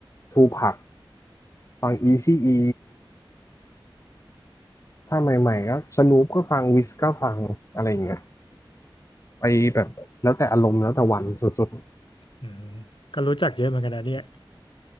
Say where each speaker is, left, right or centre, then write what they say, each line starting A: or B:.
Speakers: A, on the left; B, on the left.
A: ทูพักฟังอีซีอี ถ้าใหม่ๆก็สนูปก็ฟังวิสก็ฟังอะไรอย่างเงี้ยไปแบบแล้วแต่อารมณ์แล้วแต่วันสุด
B: อืมก็รู้จักเยอะเหมือนกันนะเนี่ย